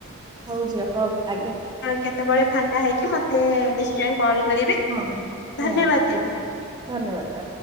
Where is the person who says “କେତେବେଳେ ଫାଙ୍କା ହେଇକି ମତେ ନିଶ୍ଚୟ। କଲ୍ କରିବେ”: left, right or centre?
Left